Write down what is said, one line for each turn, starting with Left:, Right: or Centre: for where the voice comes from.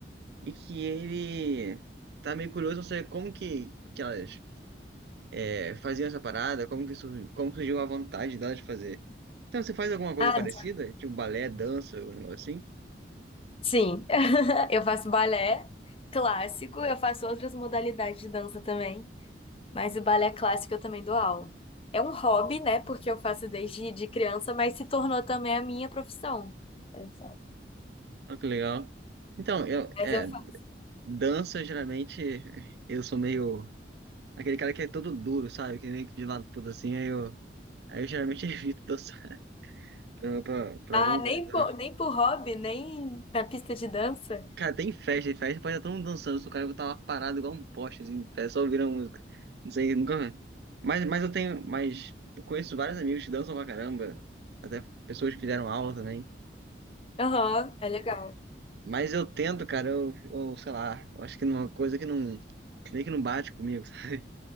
Right: e que ele tá meio curioso pra saber como que, que elas é, faziam essa parada, como que surgiu, como surgiu a vontade delas de fazer. Então, você faz alguma coisa
Left: Ah,
Right: parecida? Tipo um balé, dança, um negócio assim?
Left: sim. <laughs> Eu faço balé clássico, eu faço outras modalidades de dança também, mas o balé clássico eu também dou aula. É um hobby, né? Porque eu faço desde de criança, mas se tornou também a minha profissão. É só.
Right: Ah, que legal. Então, eu, é,
Left: Mas eu faço.
Right: dança geralmente eu sou meio Aquele cara que é todo duro, sabe? Que nem de lado tudo assim, aí eu. Aí eu geralmente <laughs> evito dançar pra, pra, pra
Left: Ah,
Right: algum lugar.
Left: nem
Right: tá?
Left: por, nem por hobby, nem na pista de dança?
Right: Cara, tem festa, em festa pode estar todo mundo dançando, se o cara eu tava parado igual um poste, assim, em pé, só ouvindo a música. Não sei, nunca. Mas, mas eu tenho. Mas eu conheço vários amigos que dançam pra caramba. Até pessoas que fizeram aula também.
Left: Aham, é legal.
Right: Mas eu tento, cara, eu, eu sei lá, eu acho que uma coisa que não. que Nem que não bate comigo, sabe?